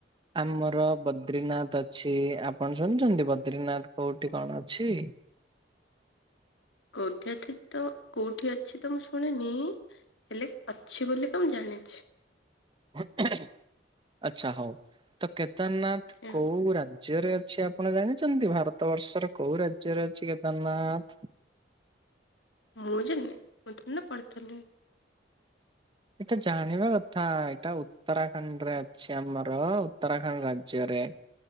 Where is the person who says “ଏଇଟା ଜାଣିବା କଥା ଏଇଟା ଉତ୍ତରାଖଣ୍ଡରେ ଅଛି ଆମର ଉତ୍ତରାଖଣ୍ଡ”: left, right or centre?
Right